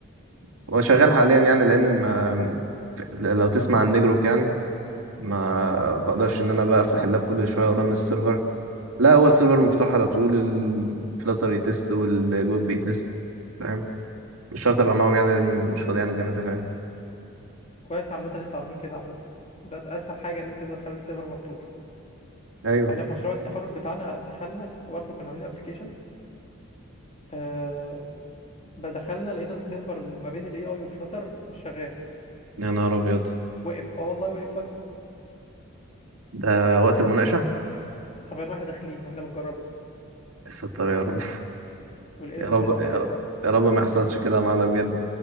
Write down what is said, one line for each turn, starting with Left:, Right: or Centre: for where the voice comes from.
Right: <laughs> هو شغال حاليا يعني لان ما لو تسمع عن نجروك يعني ما بقدرش ان انا بقى افتح اللاب كل شويه ورن السيرفر لا هو السيرفر مفتوح على طول الفلاتر يتست والويب بيتست فاهم مش شرط ابقى معاهم يعني لان مش فاضي يعني زي ما انت فاهم
Left: كويس عامة ان انتوا عاملين كده عامة ده الأسهل حاجة ان انت تخلي السيرفر مفتوح
Right: ايوه
Left: احنا في مشروع التخرج بتاعنا دخلنا برضه كنا عاملين ابلكيشن آه دخلنا لقينا السيرفر ما بين الاي اي والفلاتر مش شغال
Right: يا نهار ابيض
Left: وقف اه والله وقف فجأة
Right: ده وقت المناقشه
Left: حرفيا واحنا داخلين واحنا بنجربه
Right: ستر يا رب
Left: والايرور
Right: <laughs> يا رب
Left: طلع لا
Right: يا
Left: يعني
Right: رب يا رب ما يحصلش كده معانا بجد